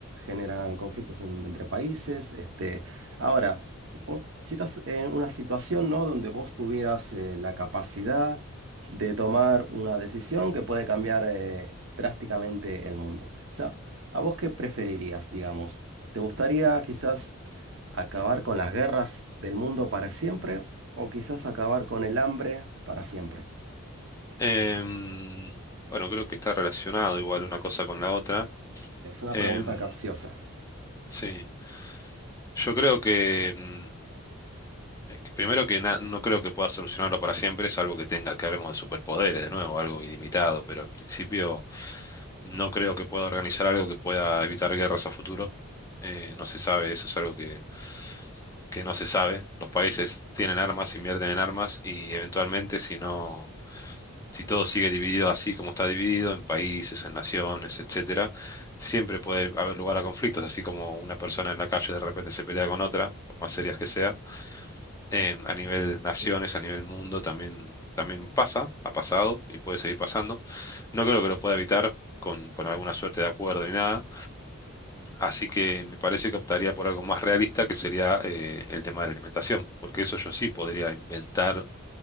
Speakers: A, on the right (about 65°); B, on the left (about 15°).
A: generan conflictos en- entre países. Este, ahora, vos si estás en una situación, ¿no? Donde vos tuvieras eh, la capacidad de tomar una decisión que puede cambiar eh, drásticamente el mundo. O sea, ¿a vos qué preferirías, digamos? ¿Te gustaría quizás ¿Acabar con las guerras del mundo para siempre o quizás acabar con el hambre para siempre?
B: Em, bueno, creo que está relacionado igual una cosa con la otra.
A: Es una
B: Em,
A: pregunta capciosa.
B: sí, yo creo que... mm, Es que Primero que na- no creo que pueda solucionarlo para siempre, salvo que tenga que hablemos de superpoderes de nuevo, algo ilimitado, pero en principio no creo que pueda organizar algo que pueda evitar guerras a futuro. Eh, no se sabe, eso es algo que, que no se sabe. Los países tienen armas, invierten en armas y eventualmente si no, si todo sigue dividido así como está dividido, en países, en naciones, etcétera, siempre puede haber lugar a conflictos, así como una persona en la calle de repente se pelea con otra, por más serias que sean em, a nivel naciones, a nivel mundo, también, también pasa, ha pasado y puede seguir pasando. No creo que lo pueda evitar con, con alguna suerte de acuerdo ni nada. Así que me parece que optaría por algo más realista, que sería eh, el tema de la alimentación, porque eso yo sí podría inventar